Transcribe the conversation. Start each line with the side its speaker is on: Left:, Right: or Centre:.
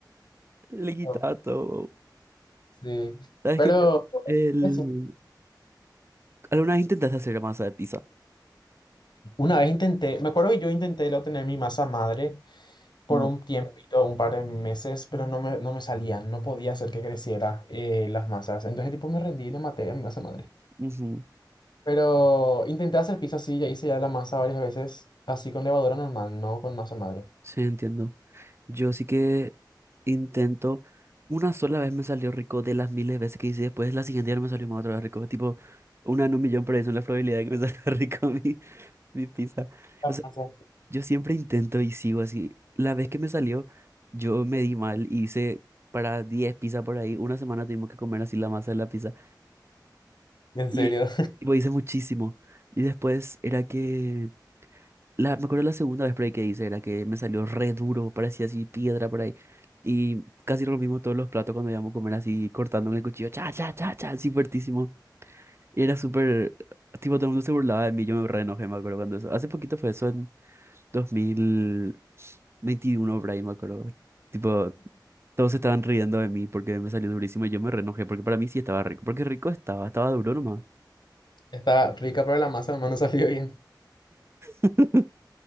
Right: Le quitaba
Left: todo.
Right: todo.
Left: Sí.
Right: ¿Sabes
Left: Pero,
Right: que Yo, el,
Left: eso.
Right: ¿Alguna vez intentaste hacer masa de pizza?
Left: una vez intenté, me acuerdo que yo intenté lo tener mi masa madre por
Right: Mm,
Left: un tiempito, un par de meses, pero no me, no me salía, no podía hacer que creciera eh, las masas. Entonces, tipo, me rendí y le maté a mi masa madre.
Right: ujú.
Left: Pero intenté hacer pizza así, ya hice ya la masa varias veces, así con levadura normal, no con masa madre.
Right: Sí, entiendo. Yo sí que intento. Una sola vez me salió rico de las miles de veces que hice. Después, la siguiente día no me salió más otra vez rico. Tipo, una en un millón, por eso es la probabilidad de que me salga <laughs> rico mi, mi pizza.
Left: La
Right: O sea,
Left: masa.
Right: yo siempre intento y sigo así. La vez que me salió, yo me di mal. y Hice para 10 pizzas por ahí. Una semana tuvimos que comer así la masa de la pizza.
Left: En
Right: Y
Left: serio,
Right: tipo, hice muchísimo. Y después era que. La, me acuerdo la segunda vez por ahí que hice, la que me salió re duro, parecía así piedra por ahí. Y casi rompimos todos los platos cuando íbamos a comer así, cortando con el cuchillo, cha, cha, cha, cha, así fuertísimo. Y era súper, tipo, todo el mundo se burlaba de mí, yo me re enojé, me acuerdo cuando eso. Hace poquito fue eso, en 2021 por ahí, me acuerdo. Tipo, todos se estaban riendo de mí porque me salió durísimo y yo me re enojé, porque para mí sí estaba rico, porque rico estaba, estaba duro nomás.
Left: <laughs> está rica para la masa, nomás no salió bien.
Right: <laughs>